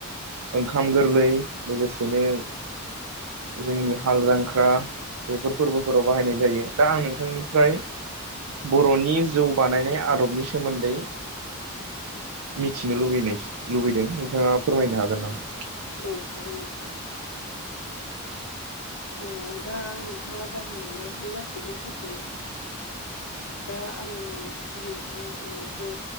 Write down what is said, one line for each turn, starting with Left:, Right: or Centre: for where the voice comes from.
Right: ओंखाम गोरलै लोगोसेनो जोंनि हाल जांख्रा बेफोर फोरबोफोराव बाहायनाय जायो दा आं नोंथांनिफ्राय बर'नि जौ बानायनाय आदबनि सोमोन्दै मिथिनो लुबैदों नोंथाङा फोरमायनो हागोन नामा?
Left: औ हागोन नोंथां। ओ दा नोंथाङा जाहोनलांबाय बे गासिबो सैथो। दा आं गिबियावनो ओ जौ